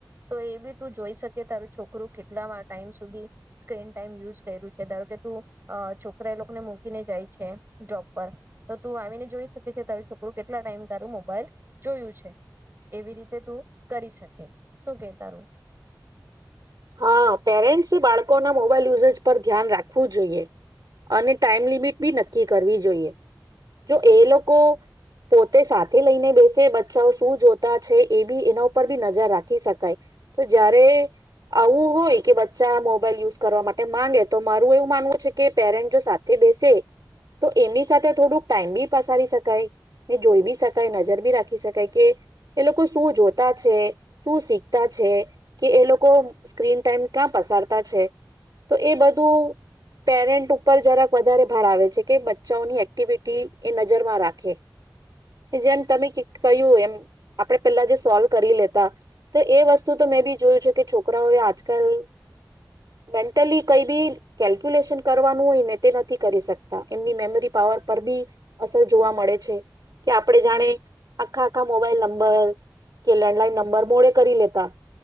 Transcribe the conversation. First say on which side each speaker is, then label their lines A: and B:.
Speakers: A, on the right (about 30°); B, on the right (about 60°).
A: તો એ બી તું જોઈ શક કે તારું છોકરું કેટલા ટાઈમ સુધી સ્ક્રીન ટાઈમ યુઝ કર્યું છે ધારો કે તું છોકરા એ લોકોને મૂકીને જાય છે ડ્રોબ પર તો તું આવીને જોઈ શકે છે તારું છોકરું કેટલા ટાઈમ તારું મોબાઈલ જોયું છે એવી રીતે તું કરી શકે શું કે તારું
B: હા પેરેન્ટ્સ એ બાળકો ના મોબાઈલ યુઝ જ પર ધ્યાન રાખે જોઈએ અને ટાઈમ લિમિટ બી નક્કી કરવી જોઈએ જો એ લોકો પોતે સાથે લઈને બેસે બચ્ચાઓ શું જોતા છે એ બી એના ઉપર બી નજર રાખી શકાય તો જયારે આવું હોય કે બચ્ચા મોબાઈલ યુઝ કરવા માટે માગે તો મારું એવું માનવું છે કે પેરેન્ટ જો સાથે બેસે તો એમની સાથે થોડુંક ટાઈમ બી પસારી શકાય ને જોઈ બી શકાય નજર બી રાખી ખી શકાય કે એ લોકો શું જોતા છે? શું શીખતા છે? કે એ લોકો સ્ક્રીન ટાઈમ ક્યાં પસારતા છે? તો એ બધું પેરેન્ટ ઉપર જરાક વધારે ભાર આવે છે કે બચ્ચાઓની એક્ટિવિટી એ નજરમાં રાખે કે જેમ તમે કી કહ્યું એમ આપડે પેલા જે સોલ્વ કરી લેતા તો એ વસ્તુ તો મેં બી જોયું છે કે છોકરાઓએ આજકાલ બે ટોટલી કઈ બી કેલ્ક્યુલેશન કરવાનું હોય ને તે નથી કરી શકતા એમની મેમરી પાવર પર બી અસર જોવા મળે છે કે આપણે જાણે આખા આખા મોબાઈલ નંબર કે લેન્ડલાઈન નંબર મોડે કરી લેતા